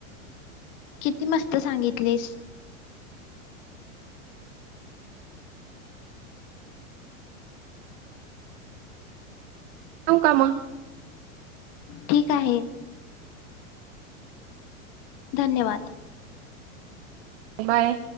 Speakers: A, on the left; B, on the right.
A: किती मस्त सांगितलीस
B: ठेवू का मग?
A: ठीक आहे. धन्यवाद.
B: बाय,